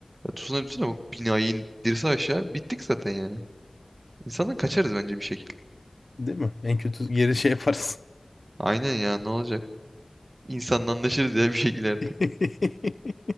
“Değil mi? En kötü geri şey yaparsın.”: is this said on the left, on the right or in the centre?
Left